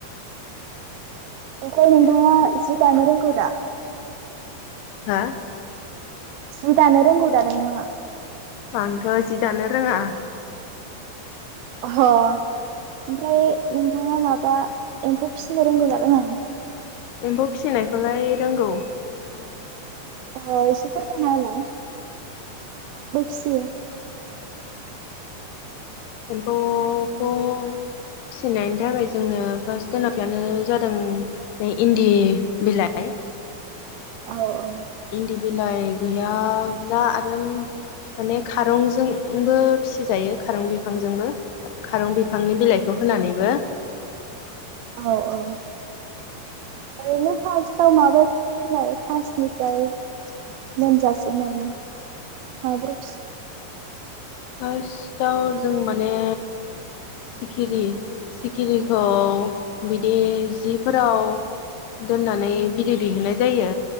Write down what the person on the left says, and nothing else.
हा
आंथ' जि दानो रोङा
एम्फौ फिसिनायखौलाय रोंगौ <inaudible>
एमफौखौ फिसिनायनि थाखाय जोंनो फार्स्ट गोनांथियानो जादों बे इन्दि बिलाइ
इन्दि बिलाइ गैयाब्ला आरो माने खारंजोंबो फिसिजायो खारं बिफांजोंबो खारं बिफांनि बिलाइखौ होनानैबो
फार्स्टआव जों माने सिखिरि सिखिरिखौ बिदि जिफोराव दोननानै भिडियअ दैहुननाय जायो